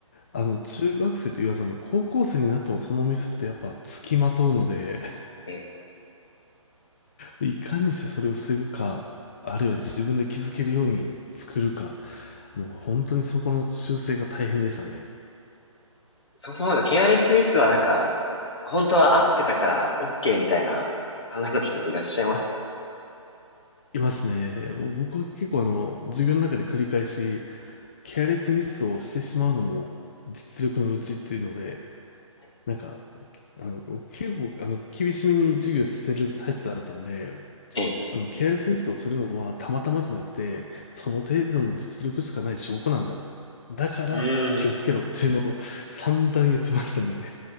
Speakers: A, on the left; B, on the left.
A: あの、中学生と言わず、あの、高校生になってもそのミスってやっぱ付きまとうので、
B: ええ、
A: いかにしてそれを防ぐか、あるいは自分で気づけるように作るか、もう本当にそこの修正が大変でしたね。
B: そもそもなんか KRS スミスはなんか、本当は合ってたから OK みたいな考えの人もいらっしゃいますよ
A: あ、いますね。もう僕は結構あの、授業の中で繰り返し、ケアレスミスをしてしまうのも実力のうちっていうので、
B: ね。
A: なんか、あの、結構あの、厳しめに授業してるタイプだったんで、
B: ええ。
A: あの、ケアレスミスをするのはたまたまじゃなくて、その程度の実力しかない証拠なんだ。だから気をつけろっていうのを散々言ってましたね。
B: うーん。